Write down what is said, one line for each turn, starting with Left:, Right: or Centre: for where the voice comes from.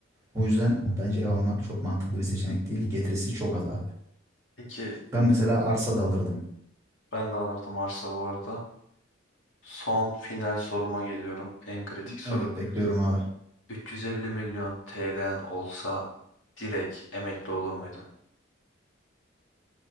Right: O yüzden bence ev almak çok mantıklı bir seçenek değil. Getirisi çok az abi.
Left: Peki
Right: Ben mesela arsa da alırdım.
Left: ben de alırdım arsa bu arada. Son final soruma geliyorum. En kritik soru.
Right: Evet bekliyorum abi.
Left: 350 milyon TL'n olsa direkt emekli olur muydun?